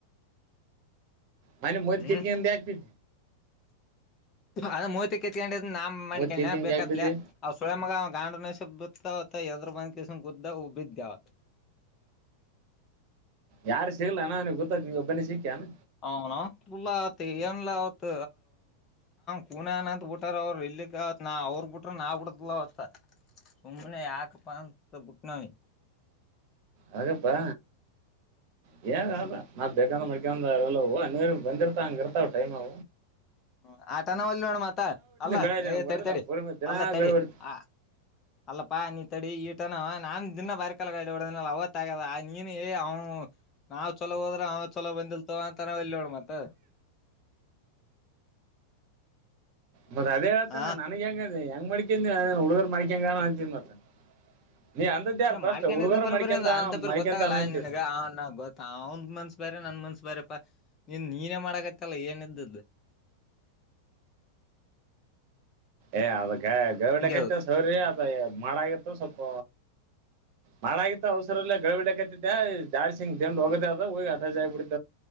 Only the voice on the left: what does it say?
ಹ್ಮ್
ಅದು ಮೂರ್ತಿ ಕೆಚ್ಚಿಕೊಂಡಿದ್ದು ನಾನ್ ಮಾಡಿದ್ನಾ
ಬೇಕಂತೆ
ಅವ್ರ್ ಸೂಳೇಮಗ ಗ ಡು ಯದ್ರಬ ಕಷ ಗುುದ್ದ ಬಿದ್ಯಾತ್ <unintelligible>
ಅವನ ಪುಲ್ಲ ಆತ್ ಏನ್ಲ ಅವತ್ ಕೂನನ್ ಅಂತತ್ ಬಿಟಾರ ಅವರು ಇಲ್ಲಿಕ್ಕ ಅವತ್ ನಾ ಅವ್ರ ಬಿಟ್ರ ನಾವು ಡಲತ ಸುಮನೆ ಆಗ ಪಂತ ಬುಟ್ ನಾವ
ಹ್ಮ ಆಟನವಲ್ಲಿ ನೋಣ ಮಾತ್ತ ಅಲ್ಲಾ
ಏ
ತಡಿ ತಡಿ
ಅಲ್ಲ ತಡಿ
ಆ ಅಲ್ಲಪ್ಪ ನಿನ್ ತಡಿ ಈಗ ನಾನ್ ದಿನ ಬರಕ್ಕೇ ಆಗಲ್ಲ ಬಿಡು ಅವತ್ ಆಗ್ಯದ ನೀನು ಹೇ ಅವನು ನಾವ್ ಚೊಲೋ ಹೋದ್ರ ಅವ ಚಛಲ ಬಂದಿಲ್ತವ ಅಂತ ನಾವ್ ಎಲ್ಲಿ ನೋಡ ಮತ್
ಹ
ಇಲ್ಲ
ಮಾಡ್ಕನ್
ಇದ ಬರೋ
ಬರ ಅದ ಅಂತ ಬರ
ಗೊತ್ತಾಗಲ್ಲ
ನಿನ್ಗ ನ ಗೊತ್ತ ಅವ್ನ್ ಮನ್ಸ್ಸ ಬೇಾರೆ ನನ್ ಮನ್ಸ್ ಬೇಾರೆ ನೀನ್ ನೀನೇ ಮಾಡಕತ್ತಲ್ಲ ಏನ್ದ್ದು
ಅದು